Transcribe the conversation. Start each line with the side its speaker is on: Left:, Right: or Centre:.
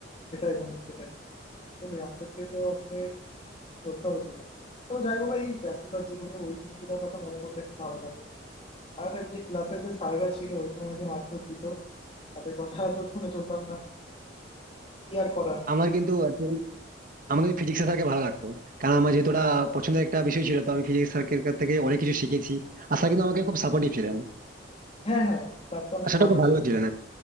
Left: সেটাই বন্ধু সেটাই আসলে আমাদেরকে তো আসলে চলতে হবে জীবন তো যাই বলো এই ব্যস্ততার জীবনে ওই দিনগুলোর কথা মনে পড়লে একটু ভালো লাগে আর এই যে ক্লাসে যে স্যাররা ছিল ওই সময় যে মারধর দিত তাদের কথা তো শুনে চলতাম না কি আর করার
Right: আমার কিন্তু এখন- আমার কিন্তু ফিজিক্স স্যারকে ভালো লাগতো কারণ আমার যেহেতু ওটা পছন্দের একটা বিষয় ছিল তো আমি ফিজিক্স স্যারকে থেকে অনেক কিছু শিখেছি আর স্যার কিন্তু আমাকে খুব সাপোর্টিভ ছিলেন
Left: হ্যাঁ হ্যাঁ স্যার তো অনেক
Right: আর সেটা
Left: ভালো
Right: খুব ভালো
Left: ছিল
Right: ছিলেন